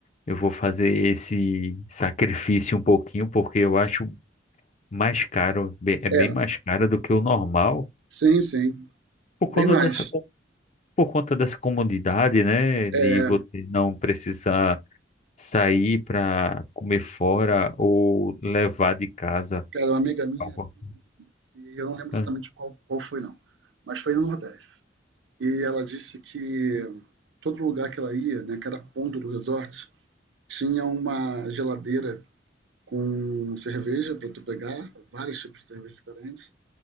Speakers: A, on the left (about 40°); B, on the right (about 75°).
A: eu vou fazer esse sacrifício um pouquinho, porque eu acho mais caro, be- é bem
B: É,
A: mais caro do que o normal,
B: Sim, sim,
A: por conta
B: bem mais.
A: dessa, co- por conta dessa comodidade, né? De
B: É,
A: você não precisar sair para comer fora ou levar de casa
B: cara, uma amiga minha,
A: algo.
B: e eu não lembro
A: Ah,
B: exatamente qual, qual foi não, mas foi no Nordeste. E ela disse que todo lugar que ela ia, né, cada ponto do resort, tinha uma geladeira com cerveja para tu pegar, vários tipos de cerveja diferentes,